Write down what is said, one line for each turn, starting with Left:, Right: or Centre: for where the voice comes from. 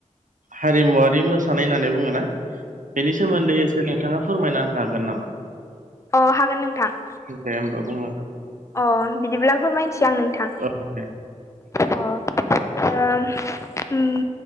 Right: हारिमुवारि मोसानाय होननानै बुङोना बेनि सोमोन्दै एसे नोंथाङा फोरमायना होनो हागोन नामा?
Left: अ हागोन नोंथां।
Right: दे होनोमबा बुंलांगोन।
Left: अ बिदिब्ला फोरमायसै आं नोंथां
Right: औ दे
Left: अ आं ओम